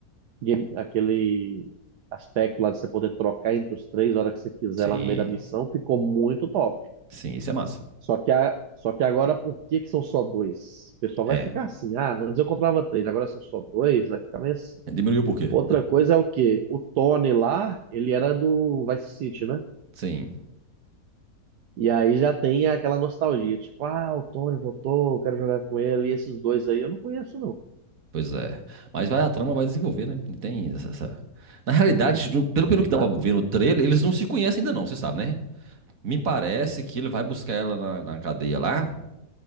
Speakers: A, on the right; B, on the right.
A: game- aquele aspecto lá de você poder trocar entre os três a hora que você quiser
B: Sim.
A: lá no meio da missão, ficou muito top.
B: Sim, isso é massa.
A: Só que, a, só que agora, por que que são só dois? O pessoal
B: É.
A: vai ficar assim, ah, antes eu controlava três, agora são só dois, vai ficar meio assim.
B: Diminuiu por quê?
A: Outra coisa é o quê? O Tony lá, ele era do Vice City, né?
B: Sim,
A: E aí já tem aquela nostalgia, tipo, ah, o Tony voltou, eu quero jogar com ele, e esses dois aí eu não conheço, não.
B: pois é. Mas vai a trama vai desenvolver, né? E Tem essa, essa- Na realidade, do- pelo, pelo que
A: Não,
B: dá pra ver no trailer, eles não se conhecem ainda não, você sabe, né? Me parece que ele vai buscar ela na, na cadeia lá,